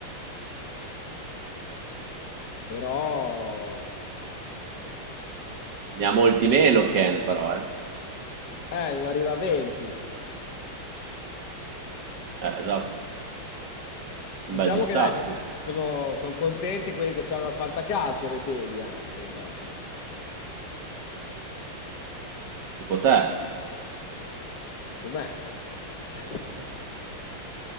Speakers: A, on the left; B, on the right.
A: però
B: Ne ha molti meno Ken, però, eh.
A: eh, non arriva a 20.
B: Eh, esatto.
A: Diciamo
B: Un bel distacco.
A: che dai, so- so, sono, son contenti quelli che c'hanno al fantacalcio Reteghi anche, immagino,
B: Tipo te,
A: tipo me. <laughs>